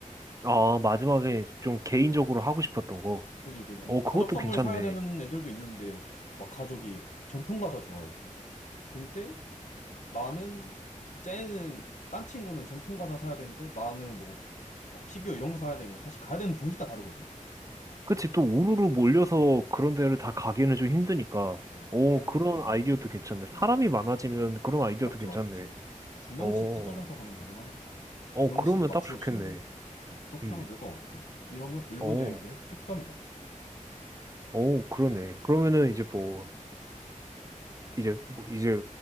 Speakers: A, on the right; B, on the left.
A: 아, 마지막에 좀 개인적으로 하고 싶었던 거.
B: 그지, 그지. 뭐,
A: 어, 그것도
B: 가족 선물
A: 괜찮네.
B: 사야 되는 애들도 있는데, 막 가족이 막 전통 과자 좋아해. 근데 나는, 쟤는, 딴 친구는 전통 과자 사야 되는데, 나는 뭐, 뭐 피규어 이런 거 사야 되면 사실 가야 되는 도시가 다르거든?
A: 그치, 또 우르르 몰려서 그런 데를 다 가기에는 좀 힘드니까.
B: 어, 그때는
A: 어, 그런
B: 그러면,
A: 아이디어도 괜찮네.
B: 음,
A: 사람이 많아지면 그런 아이디어도
B: 맞지,
A: 괜찮네.
B: 맞지. 두 명씩
A: 어,
B: 찢어져서 가면 되긴 하겠다.
A: 어,
B: 두 명씩은
A: 그러면
B: 맞추어지겠네.
A: 딱 좋겠네.
B: 그렇게
A: 음,
B: 하면 될 것 같아. 이러면 일본
A: 어,
B: 여행 계획 뚝딱이다.
A: 어, 그러네. 그러면은 이제 뭐, 이제 뭐, 이제